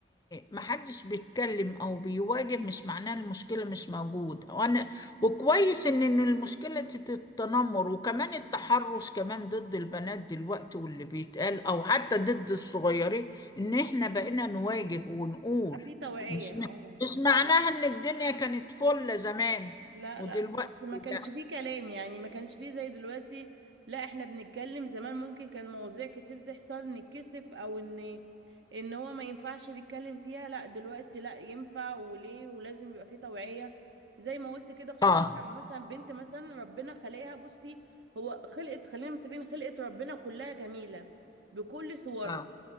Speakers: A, on the left; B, on the right.
A: محدش بيتكلم أو بيواجه مش معناه المشكلة مش موجودة وأنا وكويس إن إن المشكلة تت- التنمر وكمان التحرش كمان ضد البنات دلوقتي واللي بيتقال أو حتى ضد الصغيرين إن إحنا بقينا نواجه ونقول
B: بقى في توعية
A: مش
B: اه
A: مش معناها إن الدنيا كانت فل زمان
B: لا
A: ودلوقتي
B: لا بس ما كانش
A: لا
B: فيه كلام يعني ما كانش فيه زي دلوقتي لا احنا بنتكلم زمان ممكن كان مواضيع كتير تحصل نتكسف او ان ان هو ما ينفعش نتكلم فيها لا دلوقتي لا ينفع وليه ولازم يبقى فيه توعية زي ما قلت كده خصوصا
A: اه
B: لما مثلا بنت مثلا ربنا خلقها بصي هو خلقت خلينا متفقين خلقت ربنا كلها جميلة بكل صورها
A: اه